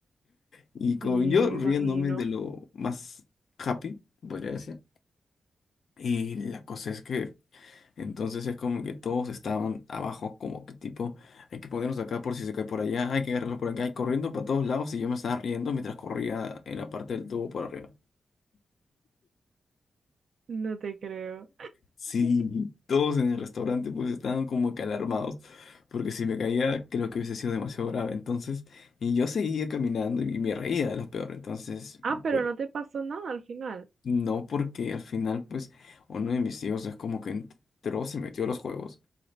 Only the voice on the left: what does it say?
y como
yo riéndome
de lo más happy, podría decir. Y la cosa es que entonces es como que todos estaban abajo, como que tipo, hay que ponernos acá por si se cae por allá, hay que agarrarlo por acá, y corriendo para todos lados, y yo me estaba riendo mientras corría en la parte del tubo por arriba.
Sí, todos en el restaurante pues estaban como que alarmados, porque si me caía creo que hubiese sido demasiado grave. Entonces, y yo seguía caminando y me reía de lo peor. Entonces,
bueno,
no porque al final pues uno de mis tíos es como que entró, se metió a los juegos